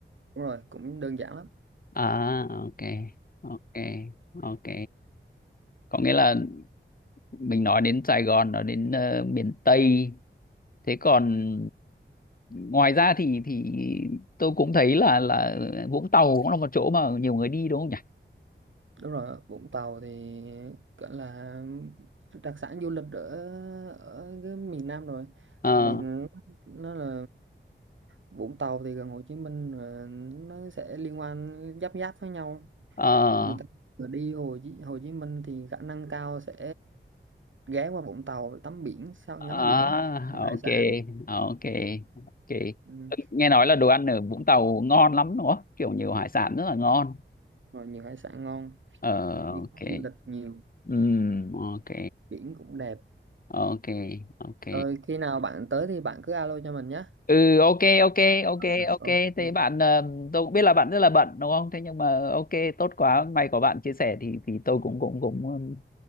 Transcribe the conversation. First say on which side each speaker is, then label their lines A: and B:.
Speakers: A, on the right; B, on the left.
A: đúng rồi cũng đơn giản lắm
B: à ok ok ok có nghĩa là mình nói đến Sài Gòn nói đến ờ, miền Tây thế còn ngoài ra thì thì tôi cũng thấy là là Vũng Tàu cũng là một chỗ mà nhiều người đi đúng không nhỉ
A: đúng rồi Vũng Tàu thì gọi là đặc sản du lịch ở ở cái miền Nam rồi
B: ờ
A: tại vì nó là Vũng Tàu thì gần Hồ Chí Minh rồi nó sẽ liên quan giáp giáp với nhau
B: ờ
A: người ta vừa đi Hồ Chí, Hồ Chí Minh thì khả năng cao sẽ ghé qua Vũng Tàu để tắm biển sau
B: à,
A: ngắm biển ăn
B: ok
A: hải sản
B: ok ok
A: ừ.
B: nghe nói là đồ ăn ở Vũng Tàu ngon lắm đúng không kiểu nhiều hải sản rất là ngon
A: rồi nhiều hải sản ngon
B: ờ
A: như
B: ok
A: du lịch nhiều
B: Ừm, ok
A: biển cũng đẹp
B: ok ok
A: rồi khi nào bạn tới thì bạn cứ alo cho mình nhé
B: ừ ok ok ok
A: Ờ,
B: ok
A: ok
B: thế bạn ờ, tôi cũng biết là bạn rất là bận đúng không thế nhưng mà ok tốt quá may có bạn chia sẻ thì thì tôi cũng cũng cũng ừm,